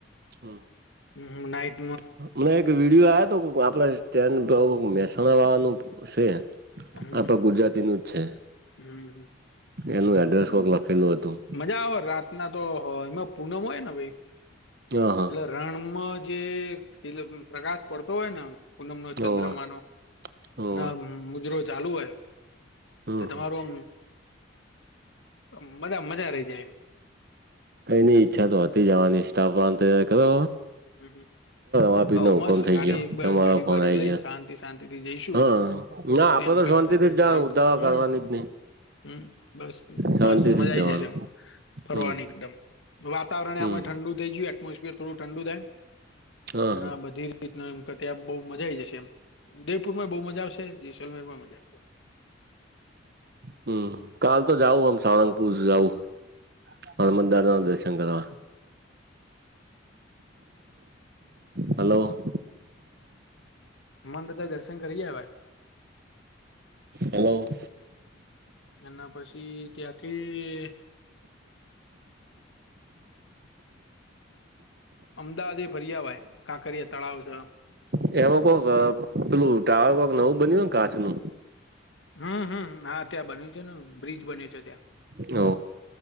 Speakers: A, on the right; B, on the left.
A: હમ
B: હ નાઈ
A: <inaudible> એક વીડિયો આ તો આપડે સ્ટેન્ડ બઉ મહેસાણા વાળાનું છે
B: હમ
A: આપડા ગુજરાતીનું જ. છે
B: હમ
A: એનું એડ્રેસ કોક લખેલું હતું
B: મજા આવે રાતના તો હ એમાં પૂનમ હોય ને ભાઈ
A: હ હા
B: એટલે રણમાં જે <inaudible> પ્રકાશ પડતો હોય ને પૂનમ નો ચંદ્રમાનો
A: હોવે હોવે
B: અને મુજરો ચાલુ હોય. એટલે
A: હમ
B: તમારું
A: હમ
B: આમ મજા મજા રહી જાય. એમ
A: કઈની ઈચ્છા તો હતી જવાની સ્ટાફ વાંધ કરો.
B: હમ
A: હાપી
B: હ
A: નો હુકમ
B: મસ્ત
A: થઈ
B: ગાડી
A: ગયો
B: એક
A: તમારો
B: ગાડી
A: ફોન
B: બાડી
A: આઈ
B: લઈને
A: ગયા
B: શાંતિ શાંતિ થી જઈશું
A: હા ના
B: સ્ટેન્ડ
A: આપડે તો
B: કરતા
A: શાંતિ થી
B: કરતા
A: જ જા ઉધ
B: હમ
A: કરવાની જ નહી.
B: હમ બસ
A: શાંતિથી
B: મસ્ત મજા
A: જ
B: આઈ
A: જવાનું
B: જશે એ ફરવાની
A: હમ
B: એકદમ વાતાવરણ
A: હમ
B: અમે ઠંડુ થઈ ગયું એટમોસફિયર થોડું ઠંડુ થાય.
A: હા
B: અને
A: હા
B: બધી એમ ત્યા બ મજાઈ જશે એમ ઉદયપુર માં બહુ મજા આવશે જસલમેર માં મજા આવશે.
A: હમ કાલ તો જઉં આમ સાળંગપુર જવું. હનુમાન દાદા ના દર્શન કરવા હલો
B: હનુમાન, દાદા દર્શન કરી આવે
A: હલો!
B: એના પછી ત્યાંથી અમદાવાદ, એ ફર્યા ભાઈ કાંકરિયા તળાવ
A: એમાં કોક પેલું ટાવર કક નવુ, બન્યું ને કાચ નુ
B: હમ, હમ હા, ત્યાં બન્યુ છેને બ્રિજ બન્યો છે ત્યાં
A: હ ઓ